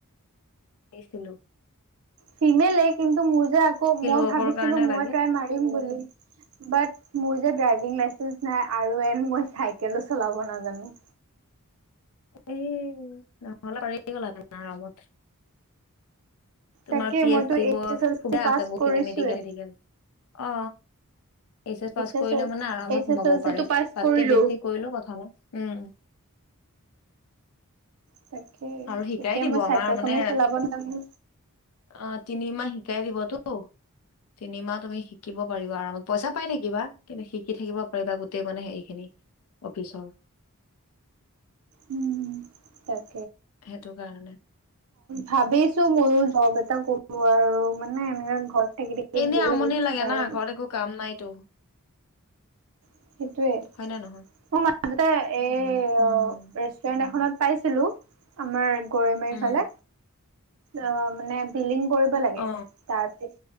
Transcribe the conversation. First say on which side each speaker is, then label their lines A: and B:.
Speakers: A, on the left (about 75°); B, on the right (about 65°).
A: উছিলো
B: ফিমেলে কিন্তু মোৰ যে আকৌ মই
A: ৱৰ্কৰ
B: ভাবিছিলো
A: কাৰণে
B: মই
A: লাগে
B: তাই মাৰিম বুলি বাট মোৰ যে ড্ৰাইভিং লাইচেন্ঞ্চ নাই আৰু এন মই চাইকেলো চলাব নাজানো
A: এই নহ'লে পাৰি গলা লগত তোমাৰ
B: তাকে
A: পি
B: মইতো
A: এফ দিব
B: এইচ এছ এল
A: সুধা
B: চি পাছ
A: আ বহুতখিনি
B: কৰিছোৱে
A: মেডিকেল অ H S pass
B: S
A: কৰিলে
B: L
A: মানে আৰামত
B: এইচ
A: সোমাব
B: এছ এল চি
A: পাৰে
B: টো পাছ
A: বাককে
B: কৰিলো
A: বেছি কৰিলেো কথা নাই উম
B: তাকেই
A: আৰু শিকাই
B: এতিয়া
A: দিব
B: মই চাইকেল
A: আমাৰ মানে
B: খনে চলাব নামি
A: অ তিনিমাহ শিকাই দিবতো তিনিমাহ তুমি শিকিব পাৰিবা আৰামত পইচা পাই থাকিব। শিকিবা কিন্তু শিকি থাকিব পাৰিবা গোটেই মানে হে খিনি অফিচৰ
B: উম ভ
A: সেইটো কাৰণে
B: ভাবিছো ময়ো য এটা কৰো আৰু মানে এনেকে ঘৰত থাকি থাকি
A: এনেই
B: বৌ
A: আমনি
B: লাগিছে
A: লাগে না
B: আৰু
A: ঘৰত একো কাম নাইতো
B: সেইটোৱে
A: হয় নে
B: মোৰ
A: নহয়
B: এই
A: উম
B: ৰেষ্টুৰেণ্ট এখনত পাইছিলোঁ আমাৰ গৈ মাৰি
A: উম
B: ফালে অ মানে বিলিং কৰিব লাগে
A: অ
B: তাৰপিছত